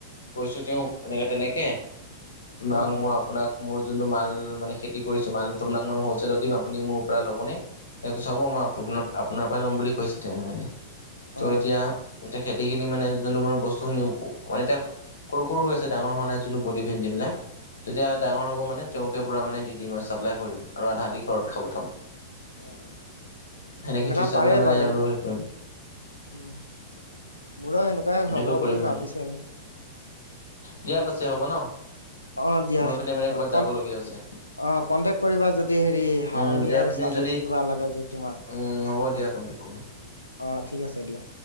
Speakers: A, on the left; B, on the left.
A: কৈছোঁ তেওঁক এনেকে তেনেকে তোমাক
B: অ', অ',
A: মই আপোনাক মোৰ যোনটো মাল মানে খেতি কৰিছোঁ মালটো তোমাক মই হ'লচেলত দিম আপুনি মোৰ পৰা ল'বনে। তেওঁক চাব মই আপোন আপোনাৰ পৰাই ল'ম বুলি কৈছে তেওঁৱে মানে। ত
B: অ',
A: এতিয়া এতিয়া খেতিখিনি মানে যোনটো মানে বস্তুখিনি মানে তেওঁ সৰু সৰু হৈ আছে ডাঙৰ হোৱা নাই যোনটো বদি ভেণ্ডি বিলাক। যেতিয়া ডাঙৰ
B: অ',
A: হ'ব মানে তেওঁককে পুৰা মানে দি দিম আও ছাপ্লাই কৰি দিম আৰু আধা আধি ঘৰত খাব থম।
B: অ', অ',
A: সেনেকে
B: সেনেকা
A: ত্ৰিছটা
B: পাৰে
A: মানে মানে
B: বাৰু
A: আৰু হেৰি কৰিম।
B: উম মোৰো সেনকুৱাই
A: এনেকৈ
B: হ'ব
A: কৰিম
B: বুলি
A: মানে
B: ভাবিছো আৰু।
A: দিয়া পাছে হ'ব ন
B: অ', দিয়া
A: মই এপিনে মানে ক'ৰবাত
B: কণ্টেক
A: যাব লগীয়া আছে।
B: অ কণ্টেক্ট কৰিবা যদি হেৰি হাঁহনি
A: উম দিয়া
B: আৰু
A: তুমি
B: ছাগলী
A: যদি
B: কিবা লাগে যদি তোমাক
A: উম হ'ব দিয়া কণ্টেক্ট কৰিম।
B: অ ঠিক আছে দিয়া।